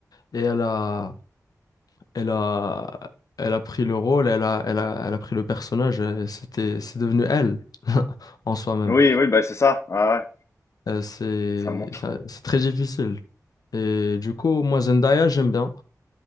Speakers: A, on the left; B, on the left.
A: Et elle a, elle a, elle a pris le rôle, elle a, elle a, elle a pris le personnage. et C'était, c'est devenu elle <laughs> en soi-même.
B: Oui, oui, bah c'est ça. Ouais, ouais,
A: Euh, c'est
B: ça montre.
A: ça- c'est très difficile. Et du coup, moi, Zendaya, j'aime bien,